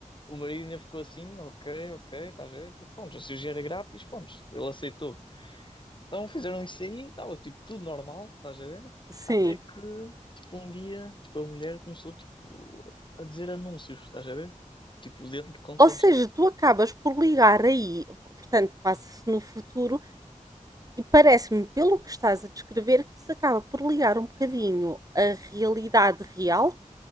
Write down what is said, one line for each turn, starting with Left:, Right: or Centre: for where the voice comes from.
Left: o marido ainda ficou assim, ok, ok, estás a ver? Mas pronto, se o dinheiro era grátis, pronto, ele aceitou. Então fizeram isso aí, estava tipo tudo normal, estás a ver?
Right: sim.
Left: Até que, tipo, um dia, tipo, a mulher começou, tipo, a dizer anúncios, estás a ver? Tipo, dentro do contexto.
Right: Ou seja, tu acabas por ligar aí, portanto, passa-se no futuro, e parece-me, pelo que estás a descrever, que isso acaba por ligar um bocadinho a realidade real,